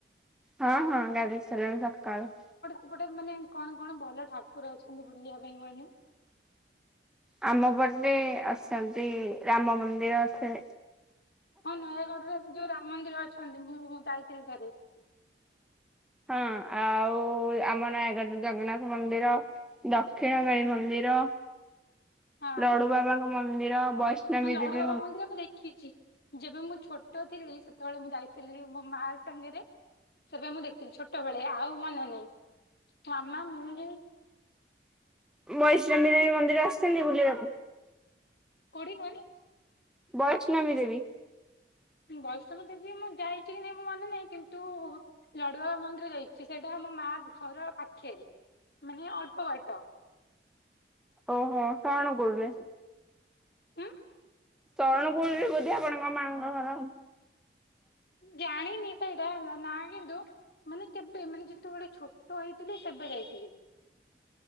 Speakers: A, in the centre; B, on the left.
A: ହଁ ହଁ ଗାଧେଇ ସାରିଲିଣି ସକାଳୁ।
B: ଗୋଟେ ମାନେ କଣ କଣ ଭଲ ଠାକୁର ଅଛନ୍ତି ବୁଲିବା ପାଇଁ କହିଲେ?
A: ଆମ ପଟେ ଅଛନ୍ତି ରାମ ମନ୍ଦିର ଅଛ
B: ହଁ ନୟାଗଡରେ ସେ ଯୋଉ ରାମ ମନ୍ଦିର ଅଛନ୍ତି ମୁଁ ଭୁ ଯାଇଥିଲି ଥରେ।
A: ହଁ ଆଉ ଆମ ନୟାଗଡ଼ ଜଗନ୍ନାଥ ମନ୍ଦିର ଦ ଦକ୍ଷିଣକାଳୀ
B: ହୁଁ
A: ମନ୍ଦିର
B: ହଁ
A: ଲଡୁ ବାବାଙ୍କ ମନ୍ଦିର। ବୈଷ୍ଣବୀ
B: ହଁ ଲଡୁବାବା
A: ଦେବୀ
B: ମନ୍ଦିର ମୁଁ ଦେଖିଛି ଯେବେ ମୁଁ ଛୋଟ ଥିଲି। ସେତେବେଳେ ମୁଁ ଯାଇଥିଲି ମୋ ମା ସାଙ୍ଗରେ ସେବେ ମୁଁ ଦେଖିଥିଲି ଛୋଟବେଳେ ଆଉ ମାନେ ନାହିଁ ମାମା ମୁଁ
A: ମଇଶାମୀ
B: ମୋ
A: ଦେବୀ ମନ୍ଦିର ଆସିଛନ୍ତି ବୁଲିବାକୁ।
B: ବୁଡ଼େଇ ବନି
A: ବୈଷ୍ଣବୀ ଦେବୀ।
B: ବୈଷ୍ଣବ ଦେବୀ ବିି ମୁଁ ଯାଇଛି କି ନାଇଁ ମୁଁ ମନେ ନାହିଁ କିନ୍ତୁ ଲଡୁବାବା ମନ୍ଦିର ଯାଇଛି ସେଇଟା ଆମ ମା ଘର ପାଖେ ମାନେ ଅଳ୍ପ ବାଟ।
A: ଓହୋ କଣ କହୁଥିଲେ?
B: ଉଁ
A: ସରଣ କୂଳରେ ବୋଧେ ଆପଣଙ୍କ ମା ଙ୍କ ଘର ଆଉ?
B: ଜାଣିିନି ତ ଇଟାଲ ନା କିନ୍ତୁ ମାନେ କେବେ ମାନେ ଯେତେବେଳେ ଛୋଟ ହେଇଥିଲି ସେବେ ଯାଇଥିଲି।